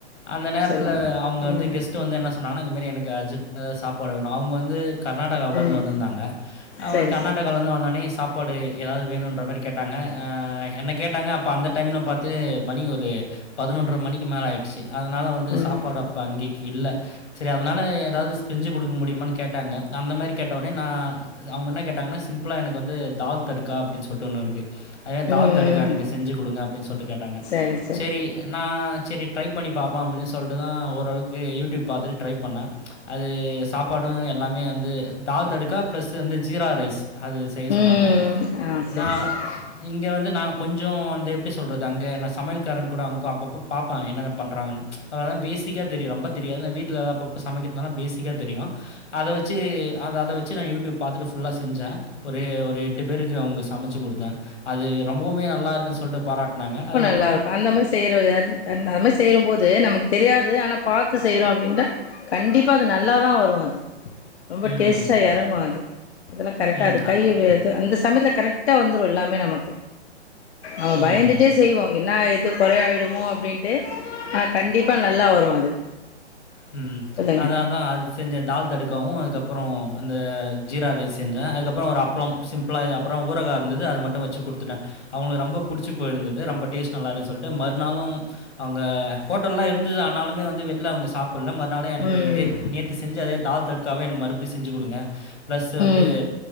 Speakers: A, on the left; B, on the left.
A: அந்த நேரத்துல
B: சொல்லுங்க
A: அவங்க வந்து
B: ம்
A: கெஸ்ட் வந்து என்ன சொ ன்னான இந்தமாரி எனக்கு அர்ஜெண்டா சாப்பாடு வேணு அவங்க வந்து கர்நாடகாவிலருந்து
B: ம்
A: வந்திருந்தாங்க அவங்க
B: சரி
A: கர்நாடகாவிலருந்து
B: சரி
A: வந்தோனே சாப்பாடு எதா வேணு மாரி கேட்டாங்க என்ன கேட்டாங்க அப்ப அந்த டைம்ல பாத்து மணி ஒரு பதினொன்ற மணிக்கு மேல ஆயிடுச்சு அதனால வந்து
B: ம்
A: சாப்பாடு அப்ப அங்கேக்கு இல்ல செரி அதனால எதாது ஸ்செஞ்சு குடுக்க முடியுமானு கேட்டாங்க அந்த மாரி கேட்டோனே நா அவங்க என்ன கேட்டாங்கன்னா சிம்பிளா எனக்கு வந்து தால் தடுகா அப்டின்னு சொல்டு ஒன்னு இருக்கு <unintelligible> தால்
B: ம்
A: தடுக்கா எனக்கு செஞ்சு குடுங்க அப்டின்னு சொல்டு கேட்டாங்க
B: சரி சரி
A: சேரி நா சேரி ட்ரை பண்ணி பாப்போ அப்டின்னு சொல்டு தா ஓரளவுக்கு யூடூப் பாத்துட்டு ட்ரை பண்ண அது சாப்பாடு எல்லாமே வந்து தால் தடுக்கா ப்ளஸ் வந்து ஜீரா ரைஸ் அது செய்ய சொன்னாங்க
B: ம் ஆ சரி
A: நா
B: சரி
A: இங்க வந்து நா கொஞ்சோ அந்த எப்டி சொல்றது அங்க என்ன சொ சமையல்காரன் கூட அவங்கு அப்பப்போ பாப்பாங்க என்னென்ன பண்ணுறாங்கன்னு அததா பேசிக்காக தெரியு ரொம்ப தெரியாது நா வீட்ல அப்பப்போ சமைக்கிறதுனால பேசிக்காக தெரியு அத வச்சி அத அத வச்சி நா யூடியூப் பாத்துட்டு ஃபுல்லா செஞ்ச ஒரு ஒரு எட்டு பேருக்கு அவங்க சமச்சு குடுத்த அது ரொம்பவுமே நல்லா இருக்குன்னு சொல்டு பாராட்டுனாங்க அதுக்கப்ப
B: நல்லா இருக்கு அந்த மாரி செய்யற <inaudible> அந் மாரி செய்யும்போது நமக்கு தெரியாது ஆனா பார் த்து செய்றோ அப்டின்னா கண்டிப்பாக அது நல்லா தா வரும் அது ரொம்ப
A: ம்
B: டேஸ்ட்டா எறங்கும் அது அதெல்லாம் கரெக்டா
A: ம்.
B: அது கைறு
A: அ
B: இது அந்த சமயத்துல கரெக் கிட்ட வந்துரும் எல்லாமே நமக்கு அவ
A: ம்.
B: பயந்துட்டே செய்வோம் என்ன ஆயி அது கொறை ஆயிடுமோ அப்டின்ட்டு அத் கண்டிப்பா நல்லா வரும் அது
A: உம்
B: சொல்லுங்க
A: அதா அதான் அது செஞ்ச தால் தடு க்கவு அதுக்கப்றோம் இந்த ஜீரா ரைஸ் செஞ்சேன் அதுக்கப் அப்றோ ஒரு அப்ளோம் சிம்பிளா து அப்றோ ஊறுகா இருந்தது அத மட்டும் வச்சி குடுத்துட்டேன். அவங்ளுக்கு ரொம்ப புடிச்சி போயிருந்தது ரொம்ப டேஸ்ட் நல்லா இருக்கு சொல்ட்டு மறுநாளும் அவங்க ஹோட்டல்லாம் இருந்தது ஆனாலுமே வந்து வெள்ல அவங்க சாப் உள்ள மத் நானும் எனக்கு
B: ம்
A: இதே நேத்து செஞ்ச அதே தால் தடுக்க காவே எனக்கு மறுபடி செஞ்சு குடுங்க ப்ளஸ்ஸு வந்து
B: ம்